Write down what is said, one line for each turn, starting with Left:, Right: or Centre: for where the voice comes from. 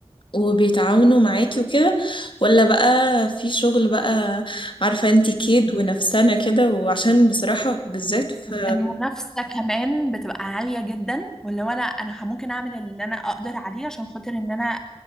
Left: وبيتعاونوا معاكي وكده ولا بقى في شغل بقى عارفة انتي كيد
Centre: ال-
Left: ونفسنا كده وعشان بصراحة بالذات في
Centre: المنافسة كمان بتبقى عالية جدا واللي هو انا انا ممكن اعمل اللي انا اقدر عليه عشان خاطر ان انا